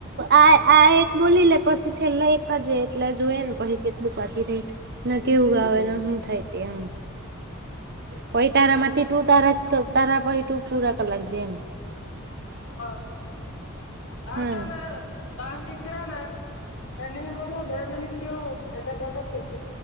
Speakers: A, on the right; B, on the left.
A: આ આ એક બોલી લે પછી છેલ્લે એક જ એટલે જોય ને પછી કેટલું કરી રહી ના કેવું ગાવને શું થાય તે એમ પહી તારામાંથી ટુ તારા તારા પહી ટુ પુરા કર લી દે એમ
B: હ આછાાન
A: હમ
B: પાંધકરાના ના ન બોલો બે મિટ કેવ એટલે કટક થ છે